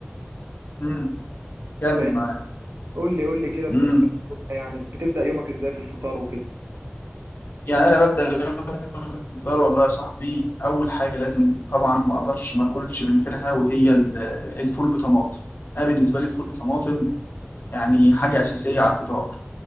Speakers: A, on the left (about 50°); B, on the right (about 65°).
A: مم. كمل
B: فاهمني
A: معايا
B: قول لي قول لي كده
A: مم.
B: بتفطر إيه الصبح يعني بتبدا يومك ازاي في الفطار وكده
A: يعني انا ببدا يوم الفطار والله يا صاحبي اول حاجه لازم طبعا ما اقدرش ما اكلش من غيرها وهي ال- الفول بطماطم انا بالنسبه لي الفول بطماطم يعني حاجة أساسية على الفطار